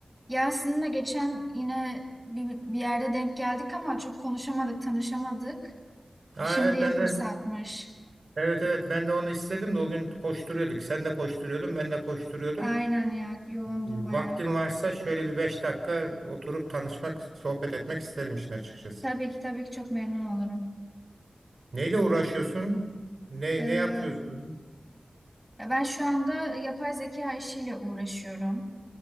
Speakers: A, in the centre; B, on the right.
A: Ya sizinle geçen yine bir, bir yerde denk geldik ama çok konuşamadık, tanışamadık.
B: Ha
A: Şimdiye
B: evet ben
A: fırsatmış.
B: de evet evet ben de onu istedim de o gün koşturuyorduk. Sen de koşturuyordun, ben de koşturuyordum.
A: Aynen ya, yoğundum
B: Vaktim
A: bayağı.
B: varsa şöyle bir 5 dakika oturup tanışmak, sohbet etmek isterim işin açıkçası.
A: Tabii ki tabii ki çok memnun olurum.
B: Neyle uğraşıyorsun? Ne
A: Ee,
B: ne yapıyorsun?
A: ben şu anda yapay zeka işiyle uğraşıyorum.